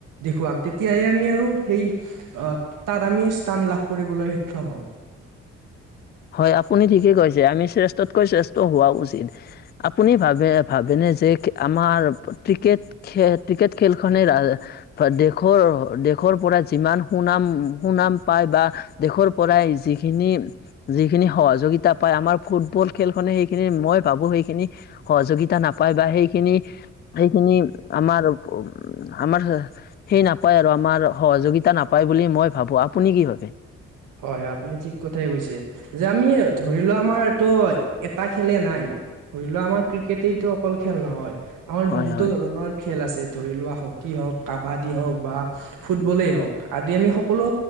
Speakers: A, on the right (about 70°); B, on the left (about 30°).
A: দেখুৱাম তেতিয়াহে আমি আৰু সেই তাত আমি স্থান লাভ কৰিবলৈ সক্ষম হম।
B: হয় আপুনি ঠিকে কৈছে, আমি শ্ৰেষ্ঠতকৈ শ্ৰেষ্ঠ হোৱা উচিত। আপুনি ভাবে ভাবেনে আমাৰ ক্ৰিক ক্ৰিকেট খেলখনে দেশৰ দেশৰ পৰা যিমান সুনাম সুনাম পায় বা দেশৰ পৰাই যিখিনি যিখিনি সহযোগিতা পাই আমাৰ ফুটবল খেলখনে সেইখিনি মই ভাবো সেইখিনি সহযোগিতা নাপায়। পায় বা সেইখিনি সেইখিনি আমাৰ আমাৰ সেই নাপায় আৰু আমাৰ সহযোগিতা নাপায় বুলি মই ভাবো। আপুনি কি ভাবে?
A: হয় হয় আপুনি ঠিক কথাই কৈছে। যে আমি ধৰি লোৱা আমাৰ ত এটা খেলে নাই ধৰি লোৱা আমাৰ ক্ৰিকেটেইটো অকল খেল নহয়, আমাৰ
B: হয়
A: বহুতো
B: হয়
A: ধৰণৰ খেল আছে। ধৰি লোৱা হকী হওক, কাবাদী হওক বা ফুটবলেই হওক আদি আমি সকলো